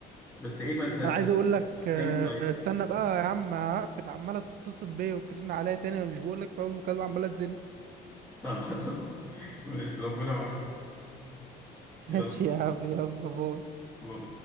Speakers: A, in the centre; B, on the right (about 60°).
A: بس ايه بقى انت تحت
B: انا عايز اقول
A: الفرح
B: لك آه،
A: امتى طيب
B: استنى بقى يا عم هقفل عمالة تتصل بيا وترن عليا تاني انا مش بقول لك في اول مكالمة عمالة تزن
A: طب خلاص <laughs> ماشي ربنا معاك
B: <laughs>
A: يلا
B: ماشي يا عم يلا باي
A: باي.